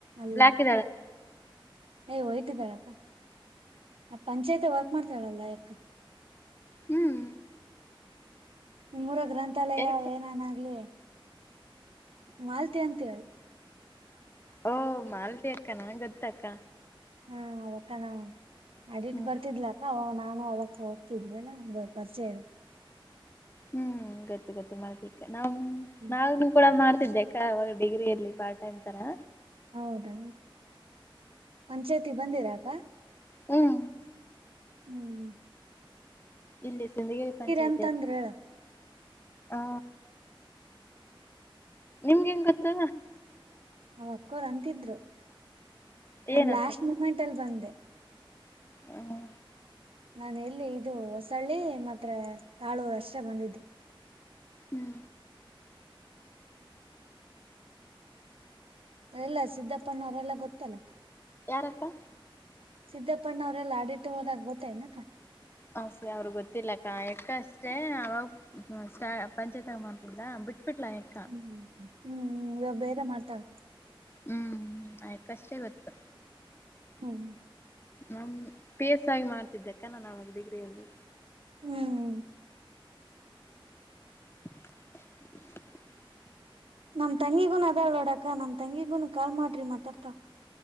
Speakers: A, on the right; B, on the left.
A: ಎಲ್ಲಾ
B: ಬ್ಲ್ಯಾಕ್ ಇದ್ದಾಳೆ
A: ಅಯೋ ವೈಟ್ ಇದಾಳಕ್ಕ ಪಂಚಾಯತಿ ವರ್ಕ್ ಮಾಡ್ತಾಳಲ್ಲ ಯಕ್ಕಾ.
B: ಹುಂ
A: ನಿಮ್ಮೂರ ಗ್ರಂಥಾಲಯ
B: ಎ
A: ಅವ ಏನನಆಗ್ಲಿ ಮಾಲತಿ ಅಂತೇಳಿ
B: ಓಹ ಮಾಲತಿ ಅಕ್ಕಾ ನಾ ಗೊತ್ತ ಅಕ್ಕಾ
A: ಹಾ ಅವಕ್ಕಾನ ಅಡಿಟಕ
B: ಹ್ಮ್
A: ಬರ್ತಿದ್ಲಾ ಹ ನಾನು ಅವಾಗ ಹೋಗ್ತಿದೀ ಅಲ್ಲ ಇವ ಪರಿಚಯ ಇರ
B: ಹುಂ ಗೊತ್ತು ಗೊತ್ತು ಮಾಲತಿ ಅಕ್ಕಾ ನಾ
A: ಹ್ಮ್
B: ನಾನು ಕೂಡ ಮಾಡ್ತಿದ್ದೆ ಅವಾಗ ಡಿಗ್ರಿ ಅಲ್ಲಿ ಪಾರ್ಟ್ ಟೈಮ್ ತರಾ
A: ಹೌದಾ ಪಂಚಾಯ್ತಿ ಬಂದಿರಾಕ್ಕಾ
B: ಹುಂ
A: ಹುಂ
B: ಇಲ್ಲಿ ಸಿಂಧಗಿರಿ ಪಂಚಾಯತಿ
A: ಅಂತಂದ್ರ ಹೇಳ
B: ಹಾ ನಿಮ್ ಗ ಹೆಂಗ ಗೊತ್ತು
A: ಅವ ಅಕ್ಕೋರು ಅಂತಿದ್ರು ನನ
B: ಏನಂತ
A: ಲಾಸ್ಟ ಮೂಮೆಂಟ್ ಅಲ್ಲಿ ಬಂದೆ
B: ಹುಂ
A: ನಾನ ಹೇಲ್ಲಿ ಇದು ಹೊಸಳ್ಳಿ ಮತ್ರ ತಾಳೂರು ಅಷ್ಟೇ ಬಂದಿದ್ದು.
B: ಹುಂ
A: ಎಲ್ಲಾ ಸಿದ್ದಪ್ಪಣ್ಣ ಅವರೆಲ್ಲ ಗೊತ್ತಲ್ಲ.
B: ಯಾರಕ್ಕಾ
A: ಸಿದ್ದಪ್ಪಣ್ಣ ಅವರೆಲ್ಲಾ ಆಡಿಟ್ ಹೋದಾಗ ಗೋತ್ತೆ ನಕ್ಕಾ?
B: ಹ ಸರಿ ಅವ್ರಿಗೆ ಗೊತ್ತಿಲ್ಲಕ್ಕಾ ಯಾಕ್ಕ ಅಷ್ಟೆ ಅವಾಗ. ಹ್ಮ ಪಂಚಾಯತಾಗ ಮಾಡ್ತಿಲ್ಲಾ ಬಿಟ್ಬಿಟ್ಲಾ ಯಾ
A: ಹ ಹುಂ ಬೇರೆ ಮಾತಾಡು
B: ಹುಂ ಆ ಅಕ್ಕಾ ಅಷ್ಟೇ ಗೊತ್ತು.
A: ಹುಂ
B: ನಮ ಪಿ ಎಸ್ ಐ ಆಗಿ ಮಾಡ್ತಿದ್ದೆಕ್ಕಾ ನಾನ ಅವಾಗ ಡಿಗ್ರಿಯಲ್ಲಿ
A: ಹುಂ
B: <inaudible>
A: ನಮ ತಂಗಿಗೂನು ಅದಾ ನೋಡಕ್ಕಾ ನಮ್ಮ ತಂಗಿಗೂನು ಕಾಲ ಮಾಡ್ರಿ ಮಾತಾಡತಾಳ